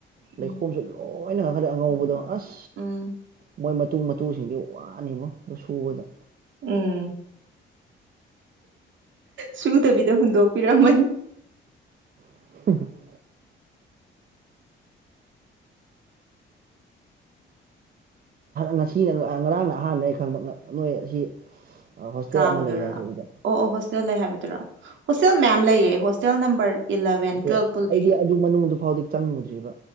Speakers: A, on the right; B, on the right.
A: ꯎꯝ
B: ꯂꯩꯈꯣꯝꯁꯨ ꯂꯣꯏꯅ ꯀꯥꯈꯠꯂꯦ ꯑꯉꯧꯕꯗꯣ ꯑꯁ
A: ꯎꯝ
B: ꯃꯣꯏ ꯃꯇꯨ ꯃꯇꯨꯁꯤꯡꯗꯨ ꯋꯥꯅꯤꯕꯣ ꯑꯗꯨ ꯁꯨꯕꯗ
A: ꯎꯝ ꯁꯨꯗꯕꯤꯗ ꯍꯨꯟꯗꯣꯛꯄꯤꯔꯝꯃꯅꯤ
B: <unintelligible> ꯉꯁꯤꯅ ꯉꯔꯥꯡꯅ ꯑꯍꯥꯟꯕꯅꯦ ꯑꯩ ꯈꯪꯕ ꯅꯣꯏ ꯑꯁꯤ ꯍꯣꯁꯇꯦꯜ
A: ꯀꯥꯡꯗꯨꯔꯥ
B: ꯑꯃ ꯂꯩ ꯍꯥꯏꯁꯦ ꯑꯗꯨꯗ
A: ꯑꯣ ꯑꯣ ꯍꯣꯁꯇꯦꯜ ꯂꯩ ꯍꯥꯏꯕꯗꯨꯔ ꯍꯣꯁꯇꯦꯜ ꯃꯌꯥꯝ ꯂꯩꯌꯦ ꯍꯣꯁꯇꯦꯜ ꯅꯝꯕꯔ ꯏꯂꯚꯦꯟ
B: ꯅꯠꯇꯦ
A: ꯇꯨꯋꯦꯜꯞ ꯄꯨ
B: ꯑꯩꯗꯤ
A: ꯂꯩ ꯅꯨꯄꯤ
B: ꯑꯗꯨ ꯃꯅꯨꯡꯗꯨ ꯐꯥꯎꯗꯤ ꯆꯪꯉꯨꯗ꯭ꯔꯤꯕ